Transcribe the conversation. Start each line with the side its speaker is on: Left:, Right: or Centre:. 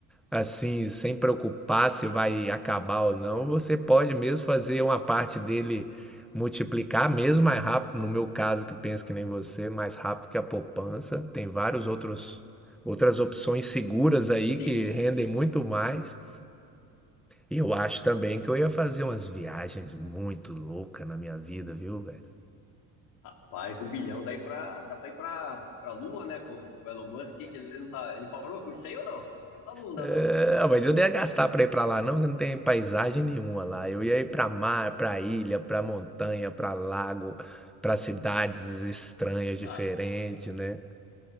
Centre: assim, sem preocupar se vai acabar ou não, você pode mesmo fazer uma parte dele multiplicar mesmo mais rápido. No meu caso, que penso que nem você, mais rápido que a poupança. Tem vários outros outras opções seguras aí
Left: Sim.
Centre: que rendem muito mais. E Eu acho também que eu ia fazer umas viagens muito loucas na minha vida, viu, velho?
Left: Rapaz, um bilhão daí pra, dá pra ir pra, pra Lua, né? Com, com o Elon Musk, que ele, ele não tá, ele parou com isso aí ou não? Dá pra ir pra Lua, não dá
Centre: É,
Left: não?
Centre: mas eu não ia gastar pra ir pra lá, não, que não tem paisagem nenhuma lá. Eu ia ir pra mar, pra ilha, pra montanha, pra lago, pra cidades estranhas, diferentes,
Left: Ah,
Centre: né?